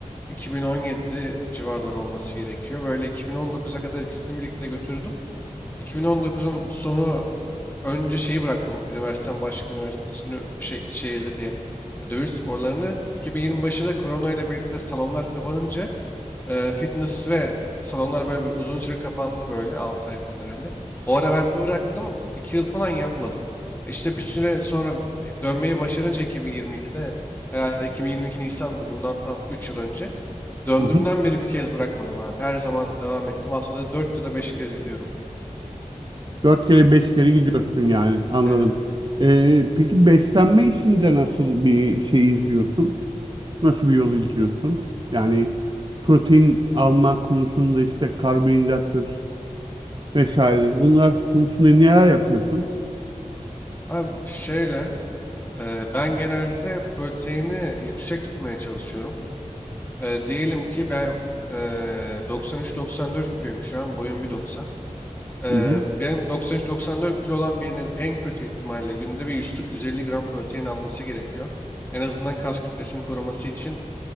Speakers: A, on the left (about 15°); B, on the right (about 40°).
A: 2017 civarları olması gerekiyor. Böyle 2019'a kadar ikisini birlikte götürdüm. 2019'un sonu önce şeyi bıraktım üniversiteden başka üniversite ünü- şey, şehirde diye e, dövüş sporlarını. 2020 başında korona ile birlikte salonlar kapanınca e, fitness ve salonlar böyle bir uzun süre kapandı böyle 6 ay falan herhalde. O ara ben bir bıraktım 2 yıl falan yapmadım. E İşte bir süre sonra e, dönmeyi başarınca 2022'de herhalde 2022 Nisan'dı bundan tam 3 yıl önce. Döndüğümden
B: Hı
A: beri bir kez bırakmadım abi. Her zaman devam ettim. Haftada 4 ya da 5
B: hı.
A: kez gidiyorum.
B: Dört kere beş kere gidiyorsun yani anladım.
A: Evet.
B: Ee, peki beslenme işinde nasıl bir şey izliyorsun? Nasıl bir yol izliyorsun? Yani protein alma konusunda işte karbonhidrattır vesairedir.
A: Evet.
B: Bunlar konusunda neler yapıyorsun?
A: Abi şeyle e, ben genelde proteini yüksek tutmaya çalışıyorum. E, diyelim ki ben e, 93-94 kiloyum şu an. Boyum 1.90. Ee,
B: Hı hı.
A: benim 93-94 kilo olan birinin en kötü ihtimalle günde bir 140-150 gram protein alması gerekiyor. En azından kas kütlesini koruması için